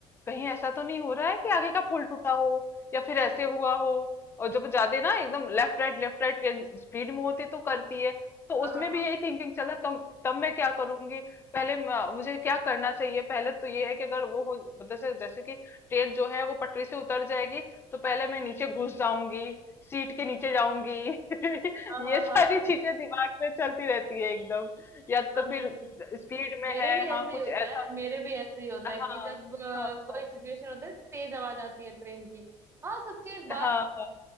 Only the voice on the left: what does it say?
कहीं ऐसा तो नहीं हो रहा है कि आगे का पुल टूटा हो या फिर ऐसे हुआ हो और जब ज्यादा ना एकदम लेफ्ट राइट लेफ्ट राइट ट्रेन स्पीड में होती तो करती है तो
उसमें
भी
यही थिंकिंग चला तब तब मैं क्या करूंगी पहले म- मुझे क्या करना चाहिए पहले तो ये है कि अगर वो हो मतलब जैसे जैसे कि ट्रेन जो है वो पटरी से उतर जाएगी तो पहले मैं नीचे घुस जाऊंगी सीट के नीचे जाऊंगी <laughs>
ये
सारी
चीजें दिमाग में चलती रहती है एकदम या
तो
फिर स्पीड में
है
हाँ कुछ
ऐसा
हाँ
हाँ हाँ
हाँ हाँ,